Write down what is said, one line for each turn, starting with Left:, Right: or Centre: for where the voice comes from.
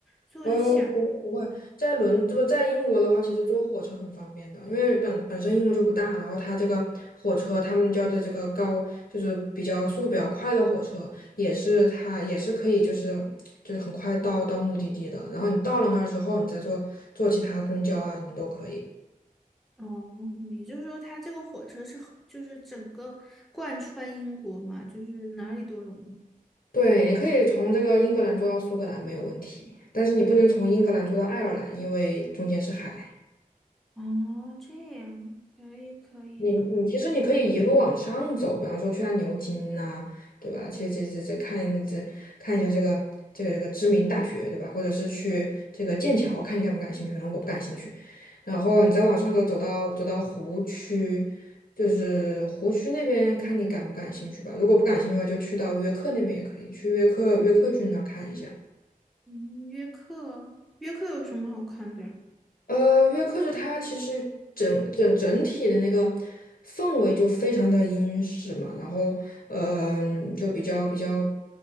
Centre: 所以我就想。
Left: 呃，不会不会，在伦这不在英国的话，其实坐火车很方便的，因为本本身英国就不大，然后它这个火车，他们叫的这个高，就是比较速度比较快的火车，也是它也是可以就是就是很快到到目的地的，然后你到了那儿之后，你再坐坐其他公交啊什么都可以。
Centre: 哦，也就是说，它这个火车是很就是整个贯穿英国嘛，就是哪里都有吗？
Left: 对，你可以从这个英格兰坐到苏格兰没有问题，但是你不能从英格兰坐到爱尔兰，因为中间是海。
Centre: 哦，这样可以可以的。
Left: 你你其实你可以一路往上走，比方说去下牛津呐、对吧？其实这这这看这看一下这个这个这个知名大学，对吧？或者是去这个剑桥，看你感不感兴趣。反正我不感兴趣。然后你再往上走，走到走到湖区，就是湖区那边看你感不感兴趣吧。如果不感兴趣的话，就去到约克那边也可以，去约克约克郡那儿看一下。
Centre: 嗯，约克，约克有什么好看的呀？
Left: 呃，约克就它其实整整整体的那个氛围就非常的英式嘛，然后嗯、就比较比较